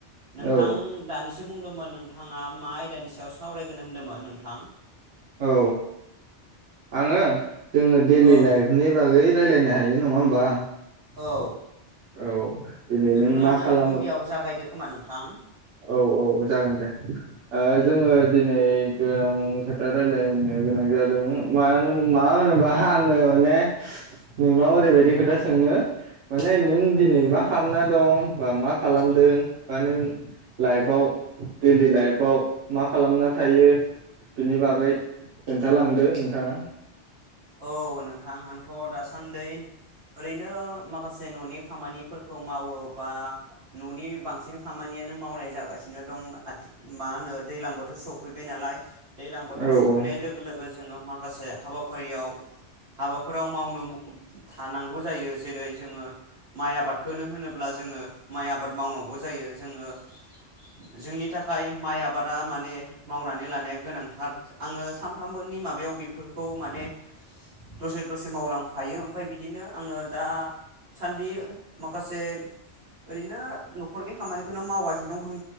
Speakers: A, on the right; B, on the right.
A: नोंथां
B: औ
A: दानिसो बुंदों होमबाथ नोंथाङा मा आयदानि सायाव सावरायगोन होन्दोंमोन नोंथां?
B: औ आङो जोङो डेलि
A: औ
B: लाइफनि बागै रायलायनो हायो नङा होमबा
A: औ
B: औ दिनै
A: नोंथाङानो
B: नों मा खालाम
A: गिबियाव जागायदो खोमा नों थां
B: औ औ जागोन दे ओ जोङो दिनै गोनां खोथा रायलायनो गोनां जादों मानो मा होनोबा आङो माने नोंनाव ओरैबायदि खोथा सोंनो माने नों दिनै मा खालामना दं बा मा खालामदों बा नों लाइफआव डैलि लाइफआव मा खालामना थायो बिनि बागै खोन्थालांदो नोंथाङा
A: औ नोंथां आंथ दासान्दै ओरैनो माखासे ननि खामानिफोरखौ मावो बा ननि बांसिन खामानियानो मावनाय जागासिनो दं आथि मा होनो दैज्लां बोथोर सफैबाय नालाय दैलां बोथोर
B: औ
A: सौफैनाय
B: ओ
A: लोगो लोगो जोङो माखासे हाबा फारियाव हाबाफोराव मावनो मुब थानांगौ जायो। जेरै जोङो माइ आबादखौनो होनोब्ला जोङो माइ आबाद मावनांगौ जायो। जोङो जोंनि थाखाय माइ आबादा माने मावनानै लानाया गोनांथार आङो सामफ्रामबोनि माबायाव बेफोरखौ माने दसे दसे मावलांफायो ओमफाय बिदिनो आंङो दा सान्दि माखासे ओरैनो न'खरनि खामानिखोनो मावगासिनो दं होन